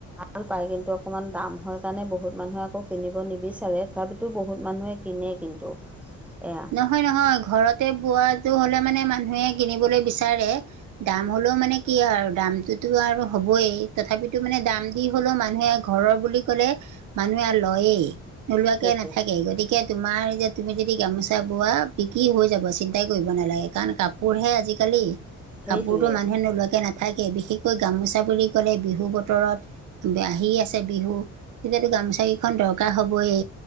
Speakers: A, in the centre; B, on the right.
A: ভাল পায় কিন্তু অকমান দাম হয় কাৰণে বহুত মানুহে আকৌ কিনিব নিবিচাৰে। তথাপিতো বহুত মানুহে কিনে কিন্তু এয়া
B: নহয়-নহয় ঘৰতে বোৱাটো হ'লে মানে মানুহে কিনিবলে বিচাৰে। দাম হ'লেও মানে কি আৰু দামটোতো আৰু হ'বই, তথাপিতো মানে দাম দি হলেও মানুহে ঘৰৰ বুলি ক'লে মানুহে লয়েই। নোলোৱাকে
A: সেইটোৱে
B: নাথাকে গতিকে তোমাৰ যে তুমি যদি গামোচা টা বোৱা বিক্ৰী হৈ যাব চিন্তাই কৰিব নালাগে কাৰণ কাপোৰহে আজিকালি।
A: সেইটোৱে
B: কাপোৰটো মানুহে নোলোৱাকে নাথাকে বিশেষকৈ গামোচা বুলি কলে, বিহু বতৰত বি আহি আছে বিহু তেতিয়াতো গামোচা কেইখন দৰকাৰ হ'বয়ে।